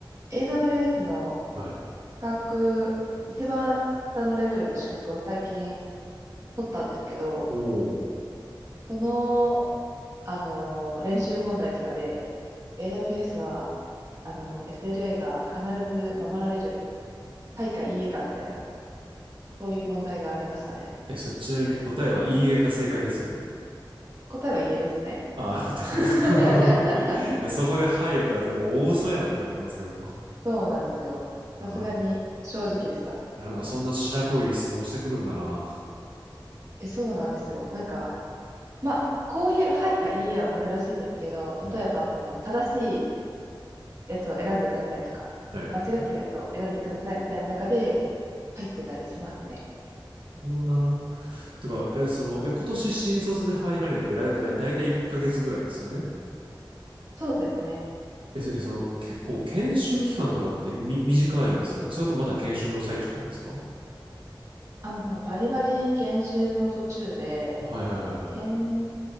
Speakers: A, on the right; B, on the right.
A: AWS の
B: はい。
A: 資格、一番下のレベルの資格を最近取ったんですけど、
B: おお。
A: その、あのー、練習問題とかで、AWS は、あの、SLA が必ず守られる、はいかいいえかみたいな、そういう問題がありましたね。
B: え、それちなみに答えは EA が正解ですよね。
A: 答えはいいえですね。
B: ああ、よかったよかった。
A: <laughs>
B: <laughs> いや、そこではいやったら、もう大嘘やんって思ったんですけど。
A: そうなんですよ。
B: あ、
A: さすがに正直でした。
B: なんか、いや、なんかそんな白濃い質問してくるんだな。
A: え、そうなんですよ。なんか、まあ、こういうはいかいいえは珍しいですけど、
B: うん。
A: 例えば、その、正しいやつを選んでくださいとか、
B: はいはいはい。
A: 間違ってるやつを選んでくださいみたいな中で
B: なる
A: 入ってたりしますね。
B: ほどな。てか、え、その、え、今年新卒で入られて、だいたい、だいたい1ヶ月ぐらいですよね。
A: そうですね。
B: え、そえその、結構研修期間とかってみ、短いんですかそれともまだ研修の最中なんですか
A: あ、もうバリバリ研修の途中で、
B: はいはいはいはい。
A: 研、